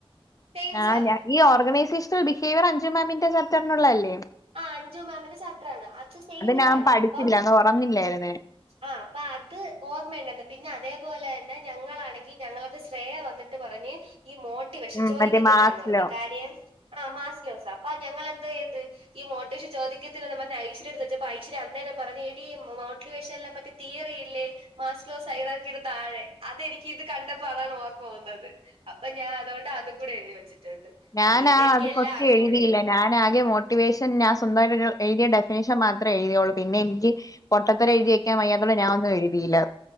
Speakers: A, on the right; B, on the left.
A: സെയിം
B: ഞാഞാ
A: സാധനം
B: ഈ ഓർഗൈസേഷണൽ ബിഹേവിയർ അഞ്ചു മാമിന്റെ ചാപ്റ്റർനുള്ള അല്ലേ
A: ആ അഞ്ചു മാമിന്റെ ചാപ്റ്റർ ആണ് അത് സെയിം ഇതാണ്
B: ഞാൻ പഠിച്ചില്ല
A: അപ്പം
B: അന്ന് ഉറന്നില്ലായിരുന്നു ഞാൻ.
A: ആഹ് അപ്പൊ അത് ഓർമ്മയണ്ടന്ന് പിന്നെ അതേപോലെ തന്നെ ഞങ്ങളാണെങ്കിൽ ഞങ്ങളുടെ ശ്രേയ വന്നിട്ട് പറഞ്ഞ് ഈ മോ ട്ടിവശൻ
B: ഉം
A: ചോദിക്കത്തില്ലന്ന്
B: മറ്റേ മാർക്സിലോ
A: പറഞ്ഞു കാര്യം ആഹ് മാസിയോസ അപ്പ ഞങ്ങൾ എന്ത്‌ ചെയ്ത് ഈ മോട്ടിവേഷൻ ചോതികത്തില്ലന്ന് പറഞ് ഐശ്വര്യ എടുത്തു വെച്ചപ്പ ഐശ്വര്യ അന്നരം പറഞ് എഡീ മോട്ടിവേഷൻ എല്ലാംമറ്റ് തീയറിയില്ലേ മാസിലോ സൈറാക്കിയരു താഴെ അതെനിക്കി ഇത് കണ്ടപ്പോ അതാണ് ഓർമ്മ പോന്നത് അപ്പൊ ഞാൻ അതോണ്ട് അതും കൂടെ എഴുതി വെച്ചിട്ടുണ്ട്
B: ഞാനാ
A: അതിയന്നെ എനിക്ക്
B: അത്
A: എല്ലാം
B: കൊസ്റ്റ്യൻ
A: അറിഞ്ഞുടെയിരുന്നു
B: എഴുതിയില്ല ഞാൻ ആകെ മോട്ടിവേഷൻ ഞാൻ സ്വന്തമായിട്ട് എഴുതിയ ഡെഫിനേഷൻ മാത്രേ എഴുതിയുള്ളൂ പിന്നെ എനിക്ക് പൊട്ടത്തരം എഴിതിവെക്കാൻവയ്യാത്തോണ്ട് ഞാനൊന്നും എഴുതിയില്ല